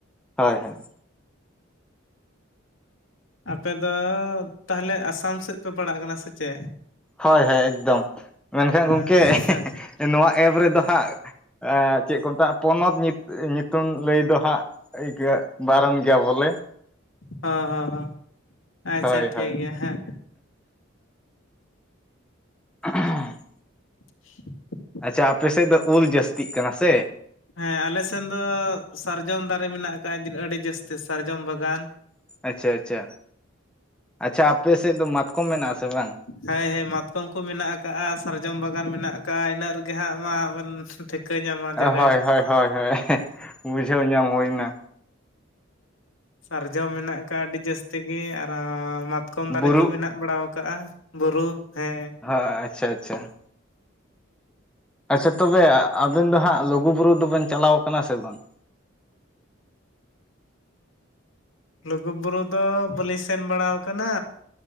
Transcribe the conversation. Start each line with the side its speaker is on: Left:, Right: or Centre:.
Centre: ᱦᱳᱭ ᱦᱳᱭ᱾
Left: ᱟᱯᱮ ᱫᱚ ᱛᱟᱦᱞᱮ ᱟᱥᱟᱢ ᱥᱮᱫ ᱯᱮ ᱯᱟᱲᱟᱜ ᱠᱟᱱᱟ ᱥᱮ ᱪᱮᱫ?
Centre: ᱦᱳᱭ ᱦᱳᱭ ᱮᱠᱫᱚᱢ ᱢᱮᱱᱠᱷᱟᱱ
Left: ᱟᱪᱪᱷᱟ
Centre: ᱜᱚᱝᱠᱮ, ᱱᱚᱣᱟ ᱮᱯ ᱨᱮᱫᱚ ᱦᱟᱸᱜ ᱮᱸ ᱪᱮᱫ ᱠᱚ ᱢᱮᱛᱟᱜᱼᱟ ᱯᱚᱱᱚᱛ ᱧᱩᱛ ᱧᱩᱛᱩᱢ ᱞᱟᱹᱭ ᱫᱚ ᱦᱟᱸᱜ <unintelligible> ᱵᱟᱨᱟᱱ ᱜᱮᱭᱟ ᱵᱚᱞᱮ᱾
Left: ᱦᱚᱸ ᱦᱚᱸ ᱦᱚᱸ ᱟᱪᱪᱷᱟ
Centre: ᱦᱳᱭ
Left: ᱴᱷᱤ
Centre: ᱦᱳᱭ
Left: ᱜᱤᱭᱟ ᱦᱮᱸ᱾
Centre: <inaudible>
Left: <inaudible>
Centre: ᱟᱪᱪᱷᱟ ᱟᱯᱮ ᱥᱮᱫ ᱫᱚ ᱩᱞ ᱡᱟᱹᱥᱛᱤᱜ ᱠᱟᱱᱟ ᱥᱮ?
Left: ᱦᱮᱸ ᱟᱞᱮ ᱥᱮᱱ ᱫᱚ ᱥᱟᱨᱡᱚᱢ ᱫᱟᱨᱮ ᱢᱮᱱᱟᱜ ᱟᱠᱟᱜᱼᱟ ᱟᱹᱰᱤ ᱡᱟᱹᱥᱛᱤ ᱥᱟᱨᱡᱚᱢ ᱵᱟᱜᱟᱱ᱾
Centre: ᱟᱪᱪᱷᱟ ᱟᱪᱪᱷᱟ, ᱟᱪᱪᱷᱟ ᱟᱯᱮ ᱥᱮᱫ ᱫᱚ ᱢᱟᱛᱠᱚᱢ ᱢᱮᱱᱟᱜᱼᱟ ᱥᱮ ᱵᱟᱝ?
Left: ᱦᱮᱸ ᱦᱮᱸ ᱢᱟᱛᱠᱚᱢ ᱠᱚ ᱢᱮᱱᱟᱜ ᱟᱠᱟᱜᱼᱟ ᱥᱟᱨᱡᱚᱢ ᱵᱟᱜᱟᱱ ᱢᱮᱱᱟᱜ ᱟᱠᱟᱟᱜᱼᱟ ᱤᱱᱟᱹᱜ ᱨᱮᱜᱮ ᱦᱟᱸᱜ ᱢᱟ ᱟᱵᱮᱱ ᱴᱷᱤᱼᱼ ᱠᱟᱹ ᱧᱟᱢᱟ ᱡᱟᱭᱜᱟ
Centre: ᱦᱳᱭ ᱦᱳᱭ ᱦᱳᱭ ᱦᱳᱭ ᱵᱩᱡᱷᱟᱹᱣ ᱧᱟᱢ ᱦᱩᱭᱱᱟ
Left: ᱥᱟᱨᱡᱚᱢ ᱢᱮᱱᱟᱜ ᱠᱟᱜᱼᱟ ᱟᱹᱰᱤ ᱡᱟᱹᱥᱛᱤ ᱜᱤ ᱟᱨᱚ ᱢᱟᱛᱠᱚᱢ ᱫᱟᱨᱮ
Centre: ᱵᱩᱨᱩ
Left: ᱠᱚ ᱢᱤᱱᱟᱜ ᱵᱟᱲᱟᱣ ᱟᱠᱟᱟᱜᱼᱟ᱾ ᱵᱩᱨᱩ ᱦᱮᱸ᱾
Centre: ᱟ ᱟᱪᱪᱷᱟ ᱟᱪᱪᱷᱟ᱾ ᱟᱪᱪᱷᱟ ᱛᱚᱵᱮ ᱟᱵᱮᱱ ᱫᱚ ᱦᱟᱸᱜ ᱞᱩᱜᱩ ᱵᱩᱨᱩ ᱫᱚᱵᱮᱱ ᱪᱟᱞᱟᱣ ᱠᱟᱱᱟ ᱥᱮ ᱵᱟᱝ?
Left: ᱞᱩᱜᱩ ᱵᱩᱨᱩ ᱫᱚ ᱵᱟᱹᱞᱤᱧ ᱥᱮᱱ ᱵᱟᱲᱟᱣ ᱠᱟᱱᱟ᱾